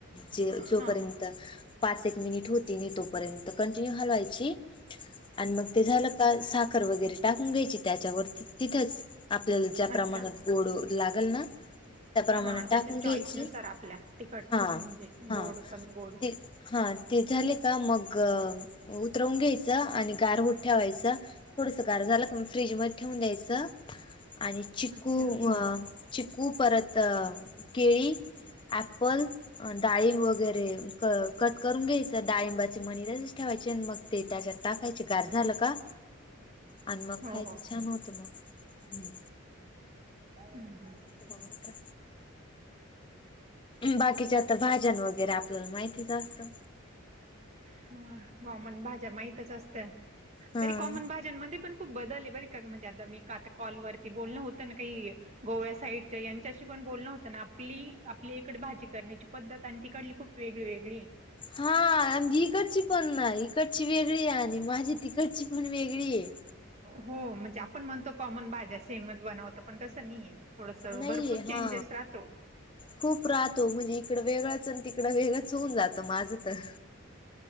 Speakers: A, on the left; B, on the right.
A: ज
B: हा
A: जोपर्यंत पाच एक मिनिट होती नाही तोपर्यंत कंटिन्यू हलवायची. आणि मग ते झालं का साखर वगैरे टाकून घ्यायची त्याच्यावरती तिथंच. आपल्याला ज्या
B: अच्छा
A: प्रमाणात गोड लागेल ना, त्याप्रमाणे
B: हा
A: टाकून
B: ज्याच्या
A: घ्यायची
B: चॉईस नुसार आपल्या तिखट
A: हा
B: म्हणजे
A: हा
B: गोड कमी गोड
A: ते हा ते झाले का मग तरवून घ्यायचं आणि गार होत ठेवायचं थोडसं गार झालं का म फ्रीज मध्ये ठेवून द्यायचं. आणि चिकू
B: अच्छा
A: अ चिकू परत अ केळी. ॲपल डाळिंब वगैरे क कट करून घ्यायचं डाळिंबाचे मनीराचेच ठेवायचे मग. ते त्याच्यात टाकायचे गार झालं का? आणि मग
B: हो
A: खायच
B: हो
A: छान होतं मग हम्म.
B: हम्म.
A: असं बवठा बाकीच्या आता भाज्यान वगैरे आपल्याला माहितीच असतं.
B: हा कॉमन भाज्या माहितच असतं
A: हा
B: तरी कॉमन भाज्यांमध्ये पण खूप बदल आहे बर का म्हणजे आता मी का आता कॉलवररती बोलणं होतं ना काही गोव्या साईडच्या यांच्याशी पण बोलणं होतं ना. आपली आपली इकडे भाजी करण्याची पद्धत आणि तिकडली खूप वेगळी वेगळी.
A: हा इकडची पण नाही, इकडची वेगळी आहे. आणि माझी तिकडची पण वेगळी आहे.
B: हो म्हणजे आपण म्हणतो कॉमन भाज्या सेमस बनवत पण तसं नाही आहे थोडस
A: नाहीये
B: भरपूर चेंजेस
A: हा
B: राहतो.
A: खूप राहतो म्हणजे इकडं वेगळंच आणि तिकडं वेगळंच होऊन जात माझं तर.